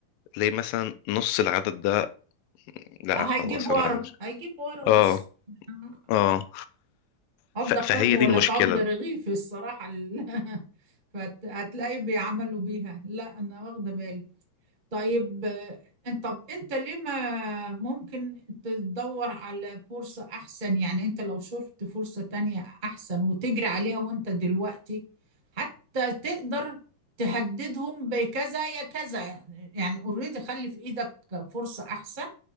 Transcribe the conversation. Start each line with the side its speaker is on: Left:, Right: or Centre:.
Left: تلاقي مثلا نص العدد ده لا
Right: هيجيب
Left: خلاص
Right: ورا
Left: انا مش
Right: هيجيب ورا وش
Left: اه
Right: آه،
Left: اه
Right: انا عض
Left: ف-
Right: قلبي
Left: فهي
Right: ولا
Left: دي المشكلة
Right: تعض رغيفي الصراحة <laughs> فهتلاقي بيعملوا بيها لا انا واخده بالي طيب آه، انت طب انت ليه ما ممكن تدور على فرصة احسن يعني انت لو شفت فرصة تانية احسن وتجري عليها وانت دلوقتي حتى تقدر تهددهم بكذا يا كذا يعني اوريدي خلي في ايدك فرصة احسن